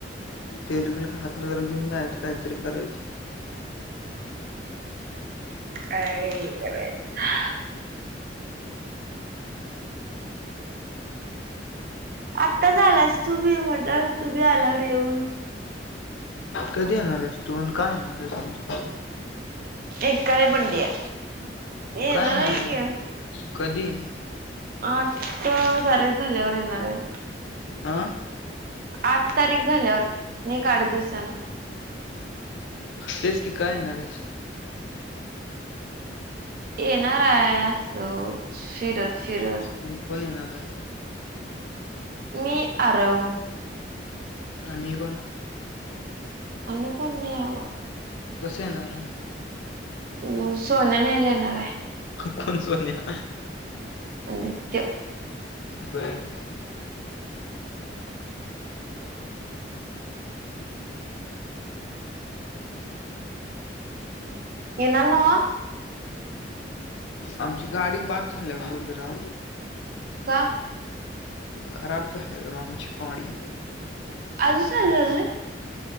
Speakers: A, on the left; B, on the right.
A: तेलबिल घातलं जरा घेऊन जायचं काहीतरी करायचं
B: काय करायचं आत्ताच आलास तुम्ही म्हटला तुम्ही आलावर येऊन
A: कधी येणार आहेस तूण का येणार आहेस आमच्या घरी
B: एक का रे बंडया येनाराय
A: काय येणार आहेस
B: की
A: कधी
B: आठ तारीख झाल्यावर येणार आहे
A: आह
B: आठ तारीख झाल्यावर नीक आठ दिवसान
A: तेच की का येणारेस
B: येणार आहे असो फिरत फिरत
A: कोण कोण येणाराय
B: मी आरव
A: आणि कोण
B: आणि कोण नाहीवा
A: कसं येणारा
B: हम् सोन्या न्यायला येणार आहे
A: कोण सोन्या
B: आदित्य
A: बर
B: येणा नवा
A: आमची गाडी बाद झाल्या ग जरा.
B: का?
A: खराब झाल्या जरा आमची गाडी.
B: अजून चालले